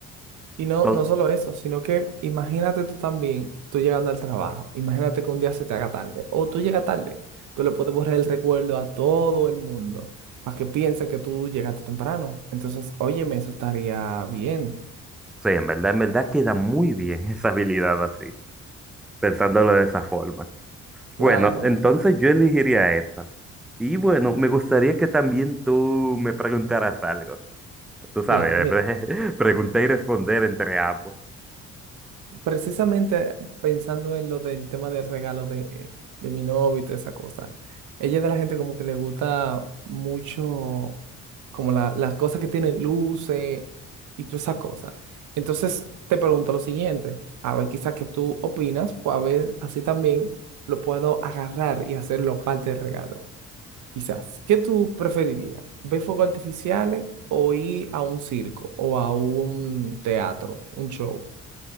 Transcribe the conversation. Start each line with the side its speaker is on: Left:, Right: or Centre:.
Right: Y no,
Centre: Entonces,
Right: no solo eso, sino que imagínate tú también, tú llegando al trabajo, imagínate que un día se te haga tarde, o tú llegas tarde, tú le puedes borrar el recuerdo a todo el mundo para que piense que tú llegaste temprano. Entonces, óyeme, eso estaría bien.
Centre: sí, en verdad, en verdad queda muy bien <laughs> esa habilidad así, pensándolo de esa forma. Bueno,
Right: Claro,
Centre: entonces yo elegiría esa. Y bueno, me gustaría que también tú me preguntaras algo. Tú sabes,
Right: claro.
Centre: <laughs> pre- preguntar y responder entre ambos.
Right: Precisamente pensando en lo del tema del regalo de, de mi novio y toda esa cosa, ella es de la gente como que le gusta mucho como la- las cosas que tienen luces y todas esas cosas. Entonces te pregunto lo siguiente, a ver quizás que tú opinas, pues a ver así también lo puedo agarrar y hacerlo parte del regalo. Quizás, ¿qué tú preferirías? ¿Ver fuegos artificiales o ir a un circo o a un teatro, un show?